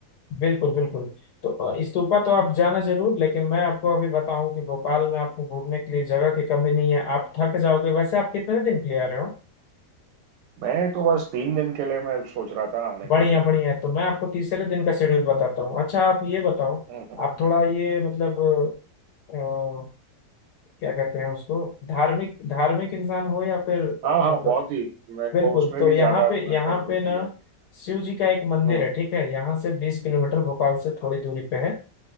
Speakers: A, on the left; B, on the right.
A: बिल्कुल बिल्कुल तो अ, इस्तूफा तो आप जाना जरूर लेकिन मैं आपको अभी बताऊं कि भोपाल में आपको घूमने के लिए जगह की कमी नहीं है आप थक जाओगे वैसे आप कितने दिन के लिए आ रहे हो
B: मैं तो बस तीन दिन के लिए मैं सोच रहा था आने
A: बढ़िया
B: के लिए
A: बढ़िया तो मैं आपको तीसरे दिन का शेड्यूल बताता हूँ अच्छा आप ये बताओ
B: हम्म,
A: आप थोड़ा ये मतलब अ, क्या कहते हैं उसको धार्मिक धार्मिक इंसान हो या फिर अ,
B: हाँ हाँ
A: मतलब
B: बहुत ही मेरे
A: बिल्कुल
B: को उसमें
A: तो
B: भी
A: यहाँ
B: ज्यादा
A: पे
B: मेरे
A: यहाँ
B: को
A: पे
B: रुचि
A: ना
B: है
A: शिव जी का एक मंदिर
B: हम्म
A: है ठीक है यहाँ से बीस किलोमीटर भोपाल से थोड़ी दूरी पे है